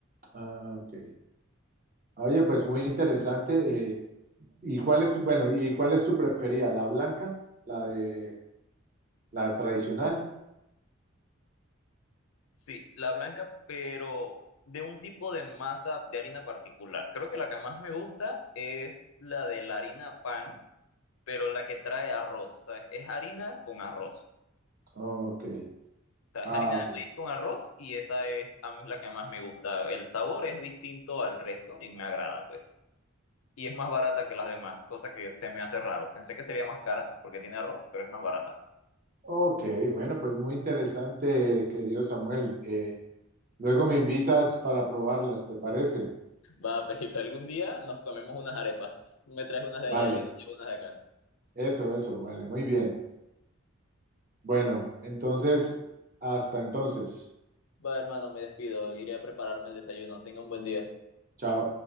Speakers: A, on the right (about 40°); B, on the left (about 85°).
A: Ah, ok. Oye, pues muy interesante. eh, ¿y cuál es tu, bueno, ¿y cuál es tu preferida? ¿La blanca? ¿La de la tradicional?
B: Sí, la blanca, pero de un tipo de masa de harina particular. Creo que la que más me gusta es la de la harina pan, pero la que trae arroz. ¿sabes? Es harina con arroz.
A: Ok.
B: O sea,
A: Ah,
B: es harina de maíz con arroz y esa es a mí la que más me gusta. El sabor es distinto al resto y me agrada, pues. Y es más barata que las demás, cosa que se me hace raro. Pensé que sería más cara porque tiene arroz, pero es más barata.
A: ok, bueno, pues muy interesante, querido Samuel. Eh, luego me invitas para probarlas, ¿te parece?
B: Va, Pepito, algún día nos comemos unas arepas. Me traes unas de
A: Vale,
B: allá, yo te llevo unas de acá.
A: eso, eso, vale, muy bien. Bueno, entonces, hasta entonces.
B: Va, hermano, me despido. Iré a prepararme el desayuno. Tenga un buen día.
A: Chao.